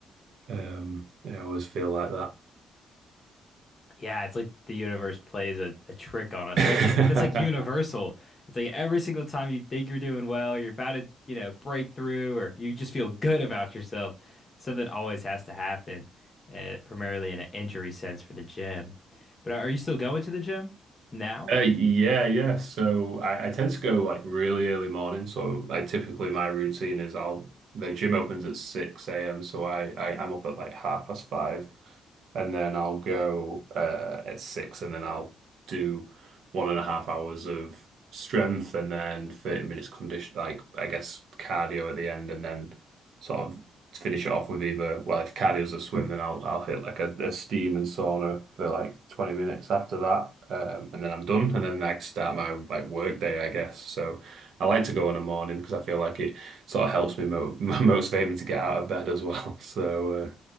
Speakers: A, on the right; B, on the left.
A: Um, yeah, I always feel like
B: Yeah, it's like the universe plays a, a trick on us.
A: that.
B: So that's like that's like universal.
A: <laughs>
B: It's like every single time you think you're doing well, you're about to, you know, break through or you just feel good about yourself. Something always has to happen, uh, primarily in an injury sense for the gym. But are are you still going to the gym now?
A: Uh, yeah, yeah. So I, I tend to go like really early morning. So I typically my routine is I'll the gym opens at 6 a.m. So I, I I'm up at like half past five, and then I'll go uh, at six, and then I'll do one and a half hours of strength, and then 30 minutes condition like I guess cardio at the end, and then sort of finish it off with either, well, if cardio's a swim, then I'll I'll hit like a, a steam and sauna for like 20 minutes after that. Um, and then I'm done, and then I can start my like work day, I guess. So I like to go in the morning because I feel like it sort of helps me mo <laughs> motivate me to get out of bed as well. <laughs> So